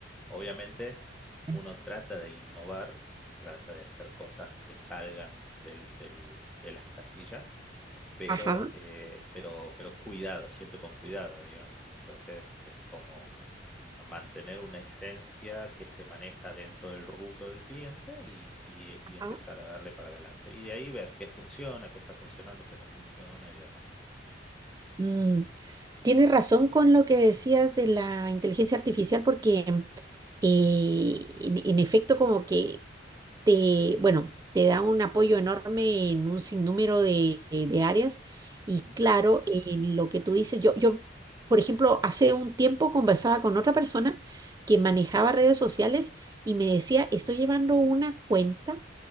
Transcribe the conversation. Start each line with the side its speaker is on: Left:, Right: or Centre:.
Centre: Obviamente,
Right: mm,
Centre: uno trata de innovar, trata de hacer cosas que salgan del- del- de las casillas pero,
Right: Ajá,
Centre: eh, pero, pero cuidado, siempre con cuidado, digamos. Entonces es como mantener una esencia que se maneja dentro del rubro del cliente y, y- eh, y
Right: ajá.
Centre: empezar a darle para adelante. Y de ahí ver qué funciona, qué está funcionando, qué no funciona y demás.
Right: Mm, tienes razón con lo que decías de la inteligencia artificial porque eh, en, en efecto como que te, bueno, te da un apoyo enorme en un sinnúmero de, de áreas y
Centre: Ujú.
Right: claro, en lo que tú dices, yo, yo, por ejemplo, hace un tiempo conversaba con otra persona que manejaba redes sociales y me decía, estoy llevando una cuenta.